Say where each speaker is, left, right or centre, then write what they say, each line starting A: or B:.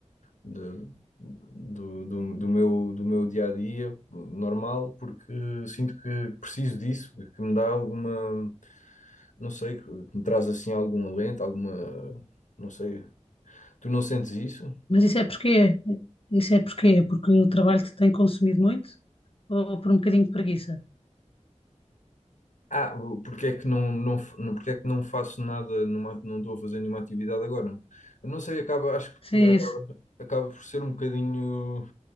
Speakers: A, on the left (about 85°); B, on the left (about 50°).
A: de- do, do, do meu, do meu dia a dia normal, porque sinto que preciso disso, que me dá alguma. Não sei, que que me traz assim algum alento, alguma. Não sei. Tu não sentes isso?
B: Mas isso é porquê? Isso é porquê? Porque o trabalho te tem consumido muito ou por um bocadinho de preguiça?
A: Ah, o- porque é que não, não, f- não- porque é que não faço nada, numa, não estou a fazer nenhuma atividade agora? Eu não sei, acaba, acho que
B: Sim,
A: por- acaba,
B: isso.
A: acaba por ser um bocadinho,